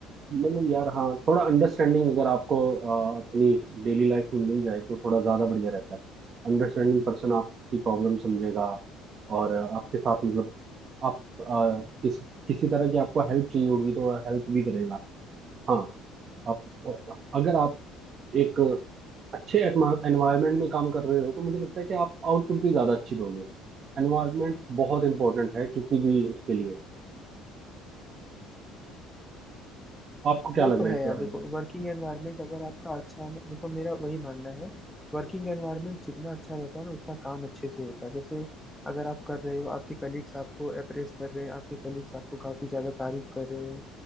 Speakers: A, on the right; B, in the centre.
A: मतलब यार हाँ थोड़ा अंडरस्टैंडिंग अगर आपको अ, अपनी डेली लाइफ में मिल जाए तो थोड़ा ज़्यादा बढ़िया रहता है अंडरस्टैंडिंग पर्सन आपकी प्रॉब्लम समझेगा और अ, आपके साथ मतलब आप अ, किसी किसी तरह की आपको हेल्प चाहिए होगी तो वह हेल्प भी करेगा हाँ आप अगर आप एक अच्छे एनवायरनमेंट में काम कर रहे हो तो मुझे लगता है कि आप आउटपुट भी ज़्यादा अच्छी दोगे एनवायरनमेंट बहुत इंपॉर्टेंट है किसी भी उसके लिए आपको क्या
B: वो
A: लग
B: तो
A: रहा
B: है
A: है इस
B: यार
A: बारे
B: देखो
A: में
B: वर्किंग एनवायरनमेंट अगर आपका अच्छा है ना देखो मेरा वही मानना है वर्किंग एनवायरनमेंट जितना अच्छा रहता है ना उतना काम अच्छे से होता है जैसे अगर आप कर रहे हो आपके कलीग्स आपको अप्रेस कर रहे हैं आपके कलीग्स आपको काफी ज्यादा तारीफ कर रहे हैं